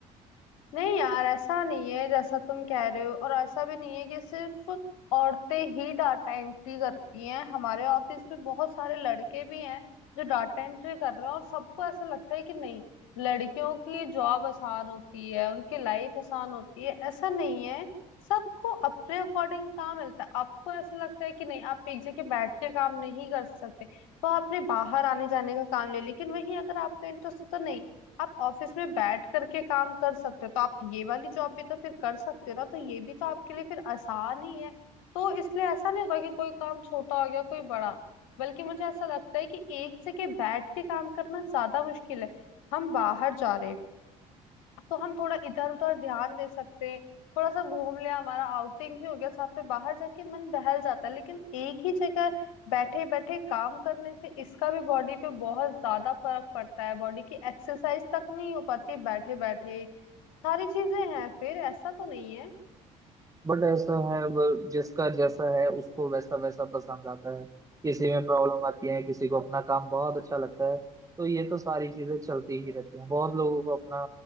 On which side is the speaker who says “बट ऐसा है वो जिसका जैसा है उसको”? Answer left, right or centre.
Right